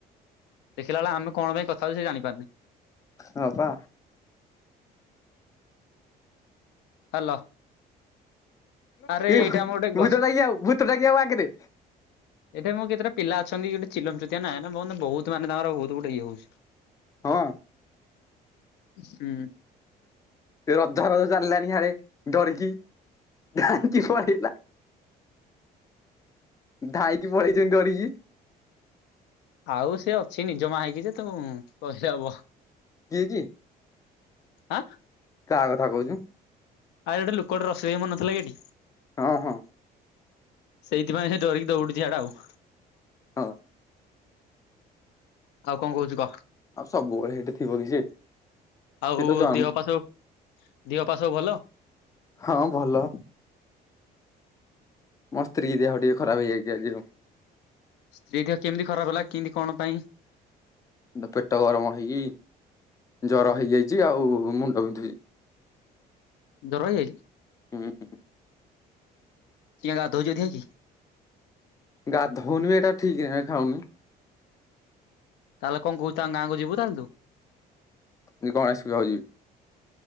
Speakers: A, on the left; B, on the left.
A: ଦେଖିଲାଆଳେ ଆମେ କଣ ପାଇଁ କଥା ହଉ ସେ ଜାଣିପାରୁଣି।
B: ହଁ ପା।
A: ହାଲୋ। ଆରେ
B: ଏ
A: ଏଇଟା
B: ଭାଇ
A: ଆମ ଗୋଟେ
B: ଭୂତ
A: ଗଛ
B: ଟାକି ଭୂତଟା ଆଗରେ
A: ଏଠେ ମୋ କେତେଟା ପିଲା ଅଛନ୍ତି ଗୋଟେ ଚିଲମ ଚୁତିଆ ନାଁ ମାନେ ବହୁତ୍ ମାନେ ଗୋଟେ ଇଏ ହଉଛି।
B: ହଁ।
A: ହୁଁ।
B: ଦେଖ୍ ଗଧ ଚାଲିଲାନି ହାରେ ଡରିକି ଧାଇଁ କି ପଳେଇଲା। ଧାଇଁ କି ପଳେଇଛ କି ଡରିକି
A: ଆଉ ସେ ଅଛି ନିଜ ମା ହେଇକି ଯେ ତୋ ପଶେଇବ।
B: କିଏକି?
A: ଆଁ
B: କାହା କଥା କହୁଛୁ?
A: ଆଉ ଗୋଟ ଲୋକୋଟା ରୋଷେଇଆ ମରିନଥିଲା କି ଏଠି?
B: ହଁ ହଁ।
A: ସେଇଥିପାଇଁ ସେ ଡିରିକି ଦୌଉୁଡିଛି ଝାଡା ଆଉ
B: ହଁ।
A: ଆଉ କଣ କହୁଛୁ କହ?
B: ଆଉ ସବୁବେଳେ ସେଇଠି ଥିବ କି ସେ?
A: ଆଉ-ଉ-ଉ
B: ତ ଜନ୍ମ
A: ଦେହ ପା ସବୁ ଦେହ ପା ସବୁ ଭଲ?
B: ହଁ ଭଲ। ମୋ ସ୍ତ୍ରୀ ଦେହ ଟିକେ ଖରାପ୍ ହେଇଯାଇଛି ଆଜି ଆଉ।
A: ସ୍ତ୍ରୀ ଦେହ କେମିତି ଖରାପ୍ ହେଲା କିନ୍ତି କଣ ପାଇଁ?
B: ଏ ପେଟ ଗରମ ହେଇକିି ଜ୍ୱର ହେଇଯାଇଛି ଆଉ-ଉ-ଉ ମୁଣ୍ଡ ବିନ୍ଧୁଛି।
A: ଜ୍ଵର ହେଇଯାଇଛି?
B: ହୁଁ ହୁଁ।
A: କିଆଁ ଗାଧଉଛି ଅଧିକା ଆଜି?
B: ଗାଧଉନି ବି ଏଟା ଠିକ୍ ହେ ଖାଉନି।
A: ତାପରେ କଣ କହୁଛୁ ତାଙ୍କ ଗାଁକୁ ଯିବୁ ତାହେଲେ ତୁ?
B: <unintelligible> ଯିବି।